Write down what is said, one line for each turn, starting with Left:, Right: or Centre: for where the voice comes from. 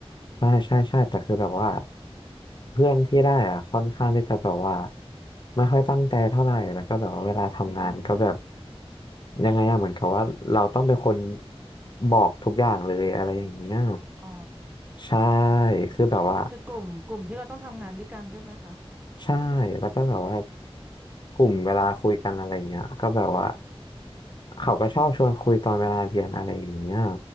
Left: ใช่ใช่ใช่แต่คือแบบว่าเพื่อนที่ได้อะค่อนข้างที่จะแบบว่าไม่ค่อยตั้งใจเท่าไหร่แล้วก็แบบว่าเวลาทำงานก็แบบ
Right: อืม
Left: ยังไงอะเหมือนกับว่าเราต้องเป็นคนบอกทุกอย่างเลยอะไรอย่างเงี้ย
Right: อ๋อ
Left: ใช่คือแบบว่า
Right: คือกลุ่มกลุ่มที่เราต้องทำงานด้วยกันด้วยไหมคะ
Left: ใช่แล้วก็แบบว่ากลุ่มเวลาคุยกันอะไรเงี้ยก็แบบว่าเขาก็ชอบชวนคุยตอนเวลาเรียนอะไรอย่างเงี้ย